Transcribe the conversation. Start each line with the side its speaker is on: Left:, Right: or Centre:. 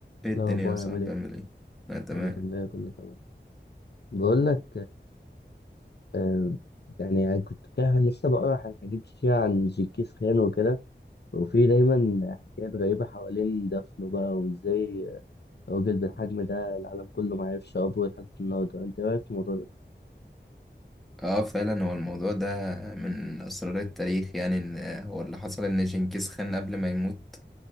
Centre: ايه الدنيا
Left: الأخبار
Centre: يا صاحبي
Left: عامل إيه؟
Centre: عامل ايه؟ لا تمام
Left: الحمد لله كله تمام بقول لك آه يعني أنا كنت كده لسه بقرا عن حاجات كتير عن جنكيز خان وكده وفي دايما حكايات غريبة حوالين دفنه بقى وإزاي راجل بالحجم ده العالم كله ما عرفش قبره لحد النهاردة أنت إيه رأيك في الموضوع ده؟
Centre: اه فعلا هو الموضوع ده من اسرار التاريخ يعني ان هو اللي حصل ان جنكيز خان قبل ما يموت